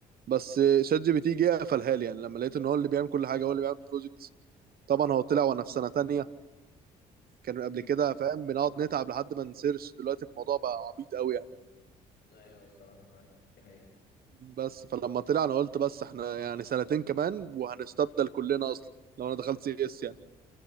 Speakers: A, on the right (about 50°); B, on the left (about 55°).
A: بس شات جي بي تي جه قفلها لي يعني لما لقيت ان هو اللي بيعمل كل حاجه هو اللي بيعمل بروجكت طبعا هو طلع وانا في سنه تانية كان قبل
B: مم،
A: كده فاهم بنقعد نتعب لحد ما نسيرش دلوقتي الموضوع بقى عبيط قوي يعني
B: ايوه الصراحه فاهم دي حقيقه
A: بس فلما طلع انا قلت بس احنا يعني سنتين كمان وهنستبدل كلنا اصلا لو انا دخلت سي اس يعني